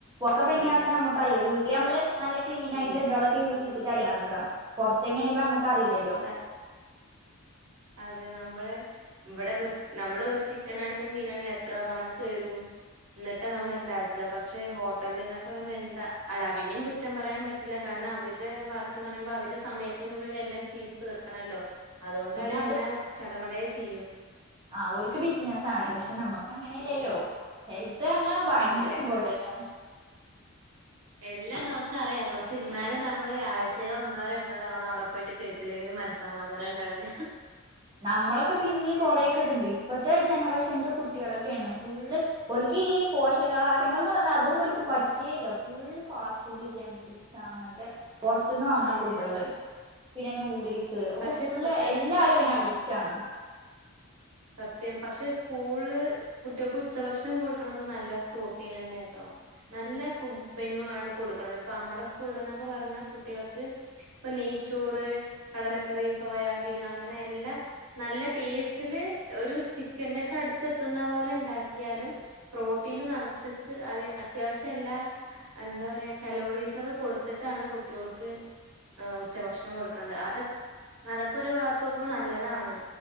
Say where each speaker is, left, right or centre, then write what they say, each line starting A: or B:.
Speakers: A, on the right; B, on the right.
A: ഒക്കെ
B: പിന്നെന്താ
A: ഇപ്പ എങ്ങനെ ഇണ്ടാക്ക്ണേ അമ്മക്കറീല. വീട്ടില് അമ്മള് നല്ല ക്ലീൻ
B: ഇല്ല
A: ആയിട്ട്ള്ള ഇത്കളൊക്കെ യൂ ചെയ്തിട്ടല്ലെ ഇണ്ടാക്ക. പൊറത്തെങ്ങനെ ഇപ്പ അമ്മക്കറീലല്ലോ.
B: ആ, അതെ നമ്മള് ഇവിടെ വൃ നമ്മള് ഒരു ചിക്കൻ ആണെങ്കിലും മീനാണെങ്കിലും എത്ര തവണ കഴുകും. ഇന്നിട്ട നമ്മൾ ഇണ്ടാക്ക. പക്ഷെ ഹോട്ടല് ന്നൊക്കെ പറയുമ്പോ എന്താ അല്ല അതിനേം കുറ്റം പറയാൻ പറ്റില്ല കാ രണം അവര്ടെ വർക്ക്ന്ന് പറയുമ്പോ അവര്ടെ സമയത്തിന്റെ ഉള്ളിൽ എല്ലാം ചെയ്ത് തീർക്കണല്ലോ അതോ അവരെല്ലാം
A: പിന്നെ
B: ശടപടെ ചെയ്യും.
A: ആ ഓൽക്ക് ബിസ്സിനസ്സാണ്.
B: അതും
A: പക്ഷെ
B: ശരി
A: നമ്മക്ക് അങ്ങനെയല്ലല്ലോ. ഹെൽത്ത്റഞ്ഞാ ഭയങ്കര
B: അതെ
A: ഇമ്പോർട്ടന്റ് ആണ്.
B: എല്ലാം നമുക്കറിയാം. പക്ഷെ ഇന്നാലും നമ്മള് ആഴ്ച്ചേൽ ഒന്നോ രണ്ടോ തവണ അവിടെ പോയിട്ട് കഴിച്ചില്ലെ ങ്കി ഒരു മനസ്സമാധാനം ഇണ്ടാവില്ല.
A: നമ്മളൊക്കെ പിന്നീം കൊറെയൊക്കെ ഇതുണ്ട് ഇപ്പഴത്തെ ജനറേഷൻത്തെ കുട്ടികളൊക്കെയാണ് ഫുള്ള് ഓൽ ക്ക് ഈ പോഷകാഹാരങ്ങൾന്ന് പറഞ്ഞ അതൊന്നും ഓൽക്ക് പറ്റേ ഇല്ല full fast food junk foods അങ്ങ പൊർത്തുന്ന് വാങ്ങ്ണ
B: ശരിയാണ്
A: ഫൂഡേള്. പിന്നെ നൂഡിൽസ് ഒക്കെ
B: പക്ഷെ
A: ഫുള്ള്
B: ഇപ്പത്തെ
A: എല്ലാരും അയ്ന അടി റ്റാണ്
B: സത്യം പക്ഷെ സ്കൂൾള് കുട്ടേൾക്ക് ഉച്ചഭക്ഷണം കൊടുക്കണത് നല്ല പ്രോട്ടീനെന്നെ ട്ടോ നല്ല ഫുഡ് മെനു ആണ് കൊടുക്കണത്. ഇപ്പ നമ്മുടെ സ്കൂള് ന്നൊക്കെ പർഞ്ഞാകുട്ടികൾക്ക് ഇപ്പ നെയ് ചോറ് കടലക്കറി സോയാബീൻ അങ്ങനെ എല്ലാം നല്ല ടേസ്റ്റില് ഒരു ചിക്കന്റെ ഒക്കെ അടുത്ത് എത്തുന്ന പോലെ ഉണ്ടാക്കിയാലും പ്രോട്ടീന് നറച്ട്ട് അത് അത്യാവശ്യം എല്ലാ എന്താ പറയാ കലോറീസ ഒക്കെ കൊടുത്തിട്ട് ട്ടാണ് കുട്ടിയോൾക്ക് ആ ഉച്ചഭക്ഷണം കൊടുക്കണത്. അത അതൊക്കെ ഒരു ഭാഗത്ത് നോക്കുമ്പോ നല്ലതാണ്